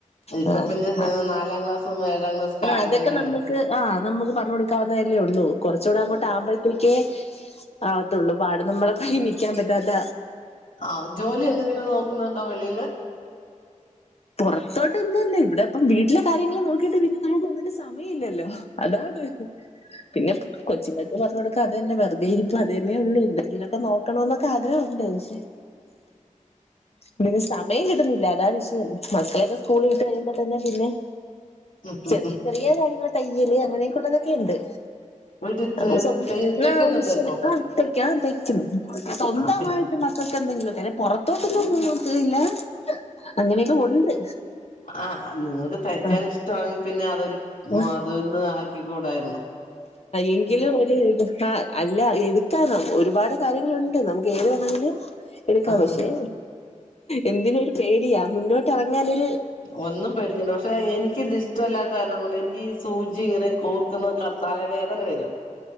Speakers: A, on the left; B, on the left.
A: ഇപ്പൊ
B: ആ
A: പിന്നെ
B: ആ
A: നാലാം ക്ലാസ്സും ഏഴാം ക്ലാസ് ഒക്കെ
B: ആ
A: ആയതല്ലേ
B: അതൊക്കെ
A: ഉള്ളൂ
B: നമ്മുക്ക് ആ നമ് പറ കൊക്കാവുന്നതല്ലേ. ഉള്ളൂറച്ചുകൂടെ അങ്ങോട്ടവുംമ്പ തെക്കെ ആവത്തുള്ളൂ പാട് നമ്മളെക്ക <unintelligible> നിൽക്കാൻ പറ്റാത്ത
A: ആഹ ജോലി എന്തെങ്ങനെ നോക്കുന്നുണ്ടോ വെളിയില്
B: പുറത്തോട്ട്ന്നന്നെ ഇവിടെപ്പം വീട്ടിലെ കാര്യങ്ങൾ നോക്കിയിട്ട് പിന്നെ നമുക്ക് ഒന്നിനും സമയ ല്ല ല്ലോ അതാണ് പിന്നെ കൊച്ചി പറഞ്ഞ കൊടുക്ക അതന്നെ വെറുതെ ഇപ്പ അത്തെന്നെ ഉള്ളൂ എന്തെിലൊക്കെ നോക്കണോ എന്നൊക്കെ ആഗ്രഹമുണ്ട് പഷേ പിന്നേ സമയം കിട്ടുന്നില്ല അതാ വിഷയം മക്കളൊക്കെ സ്കൂള വിട്ട് കഴിയുമ്പോ തന്നെ പിന്നെ
A: ഉം ഉം
B: ചെറിയ
A: ഉം
B: ചെറിയ കാര്യങ്ങൾ തയ്യല് അങ്ങനെയൊക്കെള്ളതൊക്കെണ്ട്
A: വീട്ടിൽ
B: ആ ആ
A: തയ് തയ്ക്കുന്നുണ്ടോ
B: മഷ
A: ഇപ്പൊ
B: ആ തക്ക തയ്ക്കുന്നു സ്വന്തമായിട്ട്
A: ആഹ് പിന്നെ
B: മക്കൾക്ക് എന്തെങ്കിലും തല്ല പുറത്തോട്ടന്നും പോ നോകല് ല്ല്യ അങ്ങനെയൊക്കെ ഉണ്ട്
A: ആഹ നിങ്ങക്ക് തയ്ക്കാൻ
B: ആ
A: ഇഷ്ടമാണെങ്കിൽ പിന്നെ അതൊരു
B: ആ
A: മതംന്ന് കൂടായിരുന്നോ
B: എങ്കിലും ഒരു അല്ല എടുക്കാനോ ഒരുപാട് കാര്യങ്ങളുണ്ട് നമുക്ക് ഏത് വേണമെങ്കിലും എടുക്കാം
A: ആ
B: പക്ഷെ
A: ആ
B: എന്തിന പേടിയാ മുന്നോട്ട്റങ്ങാനും
A: ഒന്നും പേടിക്കണ്ട പക്ഷെ എനിക്ക ഇത്ഷ്ടമല്ലാത്ത കാരണം കൊണ്ട് എനിക്ക് സൂചി ഇങ്ങനെ കോർക്കുന്ന തലവേദന വരും